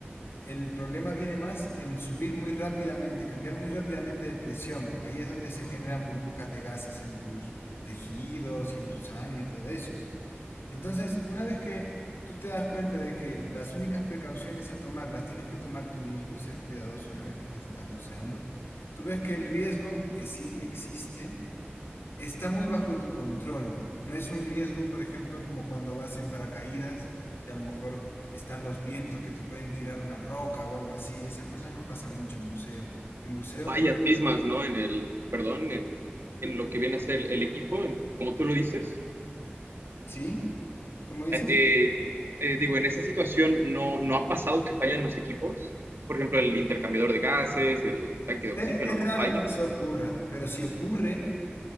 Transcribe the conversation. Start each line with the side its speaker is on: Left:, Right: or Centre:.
Left: El problema viene más en subir muy rápidamente, cambiar muy rápidamente de presión. Ahí es donde se generan burbujas de gases en tus tejidos y en tu sangre y todo eso. Entonces, una vez que tú te das cuenta de que las únicas precauciones a tomar las tienes que tomar tú mismo y ser cuidadoso una vez que te estás buceando, tú ves que el riesgo que sí existe está muy bajo tu control. No es un riesgo, por ejemplo, como cuando vas en paracaídas y a lo mejor están los vientos que te pueden tirar una roca o algo así. Esas cosas no pasan mucho en buceo. En buceo,
Right: O fallas mismas, ¿no? En el, perdón, en, en lo que viene a ser el equipo, en, como tú lo dices,
Left: ¿sí? ¿Cómo dices?
Right: eh, eh, digo, en esa situación no, no ha pasado que fallan los equipos. Por ejemplo, el intercambiador de gases, el tanque de
Left: E-
Right: oxígeno
Left: Es,
Right: no
Left: raro
Right: falla.
Left: que eso ocurra, pero si ocurre,